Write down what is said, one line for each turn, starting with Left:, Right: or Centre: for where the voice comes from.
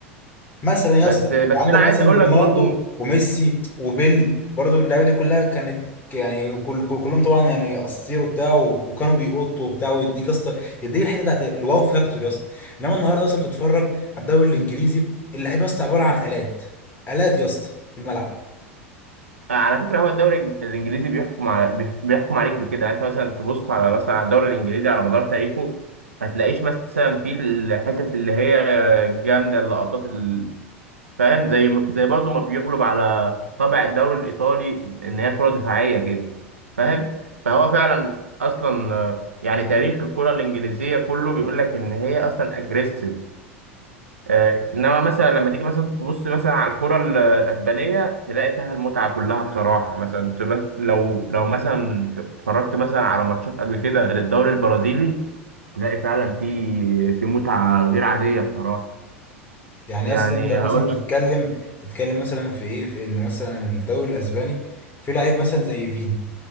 Left: مثلا
Right: بس
Left: يا اسطى
Right: بس
Left: عندك
Right: انا عايز
Left: مثلا
Right: اقول
Left: رونالدو
Right: لك برضو
Left: وميسي وبيل برضو اللعيبه دي كلها كانت يعني كل كل- كلهم طبعا يعني اساطير وبتاع و- وكانوا بيقطوا وبتاع ويديك يا اسطى يديك الحته بتاعت الواو فاكتور يا اسطى انما النهارده يا اسطى بتتفرج على الدوري الانجليزي اللعيبه يا اسطى عباره عن الات الات يا اسطى في الملعب
Right: على فكرة هو الدوري الإنجليزي بيحكم على بيح- بيحكم عليك بكده يعني أنت مثلا تبص على مثلا على الدوري الإنجليزي على مدار تاريخه ما تلاقيش مثلا فيه الحتت اللي هي جامدة اللقطات ال- فاهم زي م- زي برضه ما بيغلب على طابع الدوري الإيطالي إن هي كرة دفاعية كده فاهم فهو فعلا أصلا آه، يعني تاريخ الكرة الإنجليزية كله بيقول لك إن هي أصلا أجريسيف آه، انما مثلا لما تيجي مثلا تبص مثلا على الكرة ال- الاسبانيه تلاقي فيها المتعه كلها بصراحه مثلا تبقى- لو لو مثلا اتفرجت مثلا على ماتشات قبل كده للدوري البرازيلي تلاقي فعلا في في متعه غير عاديه بصراحه
Left: يعني
Right: يعني
Left: يا اسطى انت مثلا
Right: هقول
Left: بتتكلم
Right: لك
Left: بتتكلم مثلا في ايه في ان مثلا الدوري الاسباني في لاعب مثلا زي فيني